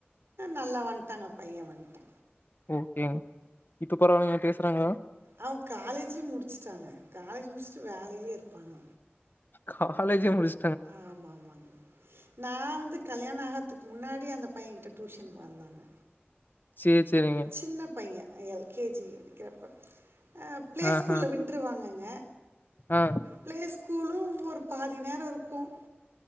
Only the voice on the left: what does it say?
ஓகே இப்ப பரவால்ல பேசுறாங்களா
காலேஜே முடுச்
சேரி சேரிங்க.
ஆஹா.
ஆ